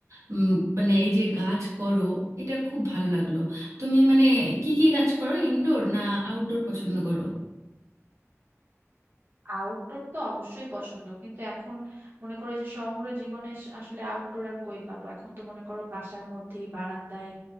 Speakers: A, on the right; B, on the right.
A: উম, মানে এই যে গাছ করো এটা খুব ভালো লাগলো তুমি মানে কি কি গাছ করো ইনডোর না আউটডোর পছন্দ করো
B: আউটডোর তো অবশ্যই পছন্দ কিন্তু এখন মনে করো যে শহরে জীবনে আস- আসলে আউটডোর আর কই পাবো এখন তো মনে করো বাসার মধ্যেই বারান্দায়